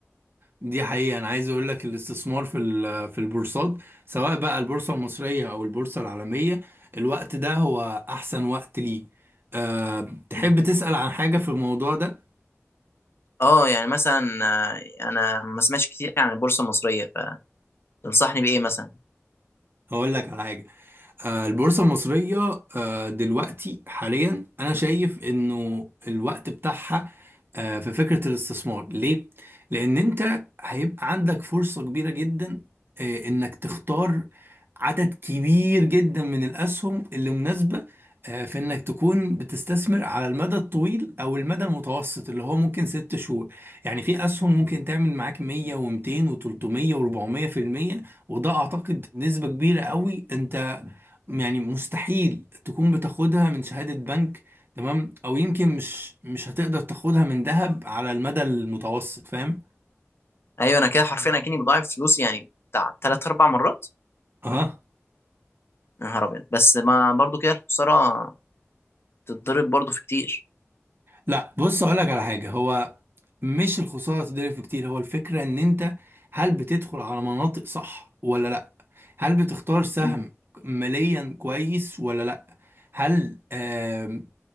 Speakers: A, on the right (about 50°); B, on the left (about 55°).
A: دي حقيقة أنا عايز أقول لك الاستثمار في ال- في البورصات سواء بقى البورصة المصرية أو البورصة العالمية الوقت ده هو أحسن وقت ليه أه تحب
B: مم.
A: تسأل عن حاجة في الموضوع ده؟
B: اه يعني مثلا آه، انا ما سمعتش كتير عن البورصه المصريه فتنصحني بايه مثلا
A: هقول لك على حاجة آه، البورصة المصرية آه، دلوقتي حاليا أنا شايف إنه الوقت بتاعها آه، في فكرة الاستثمار ليه؟ لأن أنت هيبقى عندك فرصة كبيرة جدا آه، إنك تختار عدد كبير جدا من الأسهم اللي مناسبة آه، في إنك تكون بتستثمر على المدى الطويل أو المدى المتوسط اللي هو ممكن ست شهور يعني في أسهم ممكن تعمل معاك 100 و200 و300 و400% وده أعتقد نسبة كبيرة قوي أنت يعني مستحيل تكون بتاخدها من شهادة بنك تمام او يمكن مش مش هتقدر تاخدها من ذهب على المدى المتوسط فاهم
B: ايوه انا كده حرفيا اكني بضاعف فلوسي يعني بتاع ثلاث اربع مرات
A: اه
B: يا نهار ابيض بس ما برضو كده الخساره تتضرب برضو في كتير
A: لا بص اقول لك على حاجة هو مش الخسارة تضرب في كتير هو الفكرة ان انت هل بتدخل على مناطق صح ولا لا هل بتختار سهم
B: مم.
A: ماليا كويس ولا لا هل آم،